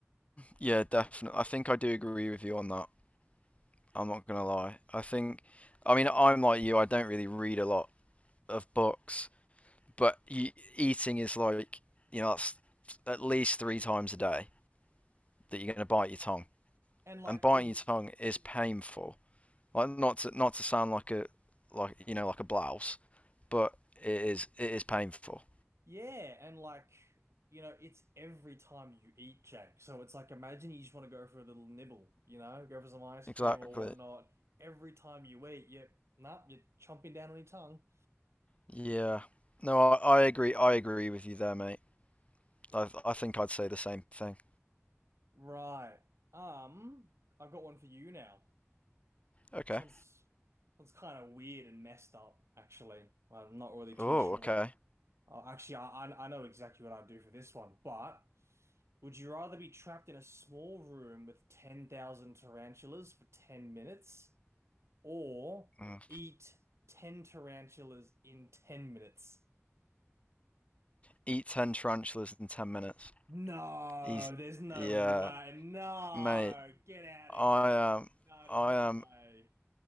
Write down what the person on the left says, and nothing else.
Yeah, definitely. I think I do agree with you on that. I'm not gonna lie. I think, I mean, I'm like you. I don't really read a lot of books, but you, eating is like, you know, that's at least three times a day that you're gonna bite your tongue,
and biting
your tongue is painful. Like not to not to sound like a like you know like a blouse, but it is it is painful.
Exactly.
Yeah. No, I, I agree. I agree with you there, mate. I I think I'd say the same thing.
Okay.
Oh,
okay.
Mm.
Eat 10 tarantulas in 10 minutes.
He's,
yeah,
mate,
I
am,
I
am,